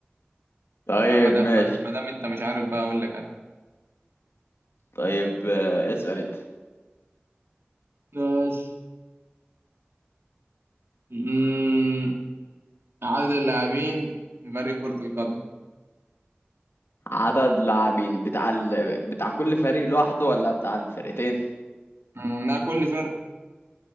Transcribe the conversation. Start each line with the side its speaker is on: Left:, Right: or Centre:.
Left: طيب
Right: يا عم ما دام
Left: ماشي
Right: ما دام انت مش عارف بقى اقول لك انا
Left: طيب آه، اسأل انت
Right: ماشي أمم، عدد اللاعبين في فريق كرة القدم
Left: عدد لاعبين بتاع ال... بتاع كل فريق لوحده ولا بتاع الفرقتين
Right: أمم، لا كل فرقة